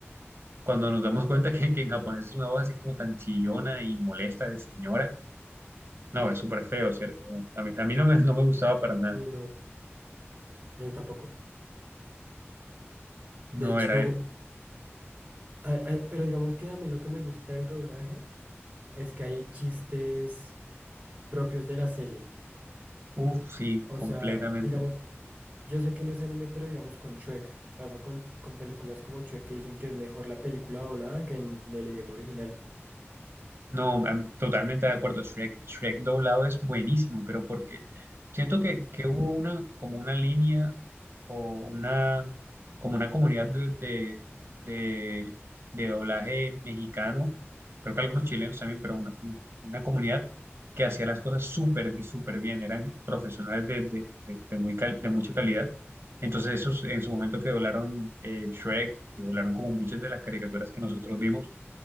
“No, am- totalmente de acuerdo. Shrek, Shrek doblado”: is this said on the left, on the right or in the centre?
Right